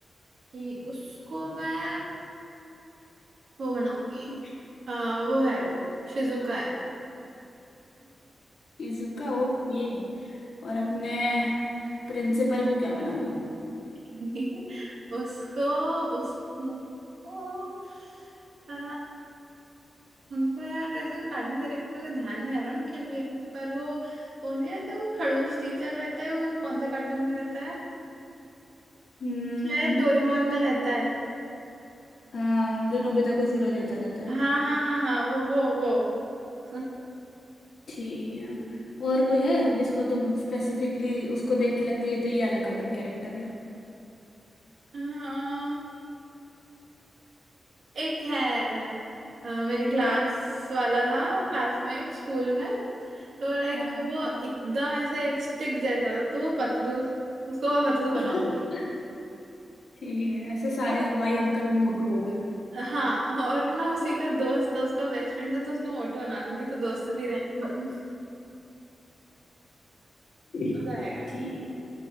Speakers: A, on the right; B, on the left.
A: कि उसको मैं वो बनाऊंगी
B: <laughs>
A: आ, वो है वो शिजुका है
B: Shizuka okay और अपने प्रिंसिपल को क्या बनाओगी
A: <laughs> उसको उस उनको आ, उनको यार ऐसे कार्टून कैरेक्टर का ध्यान नहीं आ रहा उनके लिए पर वो वो नहीं <laughs> रहता वो खड़ूस टीचर रहता है वो कौन से कार्टून में रहता है
B: हम्म
A: शायद डोरेमोन में रहता है
B: हाँ जो नोबिता को जीरो देता रहता है
A: हाँ हाँ हाँ हाँ वो वो वो <laughs>
B: ठीक है और कोई है ऐसा जिसको तुम स्पेसिफिकली उसको देख के लगता है ये तो ये वाला कार्टून कैरेक्टर है
A: हाँ एक है अ, मेरी क्लास
B: गो
A: वाला था क्लासमेट स्कूल में तो लाइक
B: हाँ
A: वो एकदम ऐसे एक स्टिक जैसा था तो वो पतलू उसको मैं पतलू बनाऊंगी
B: <laughs> ठीक है ऐसे सारे
A: और
B: हलवाई अंकल मोटू हो गए
A: हाँ और ना उसी का दोस्त था उसका बेस्ट फ्रेंड था तो उसको मोटू बना दूंगी तो दोस्त भी रहेगा <laughs> मजा
B: <laughs>
A: आएगा
B: ठीक